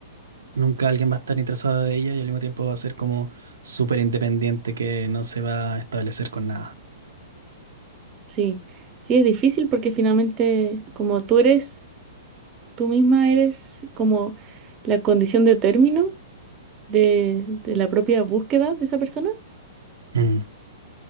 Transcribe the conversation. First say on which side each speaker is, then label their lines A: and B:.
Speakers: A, on the right; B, on the right.
A: nunca alguien va a estar interesado de ella y al mismo tiempo va a ser como súper independiente que no se va a establecer con nada.
B: Sí, sí, es difícil porque finalmente como tú eres... Tú misma eres como la condición de término de, de la propia búsqueda de esa persona.
A: Mm,